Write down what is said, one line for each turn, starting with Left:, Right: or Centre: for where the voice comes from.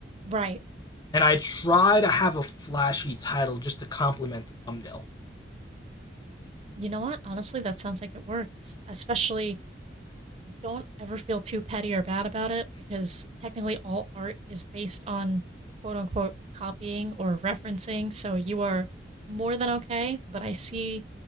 Right: Right.
Left: and I try to have a flashy title just to complement the thumbnail.
Right: You know what? Honestly, that sounds like it works, especially don't ever feel too petty or bad about it because technically all art is based on quote unquote copying or referencing. So you are more than okay. But I see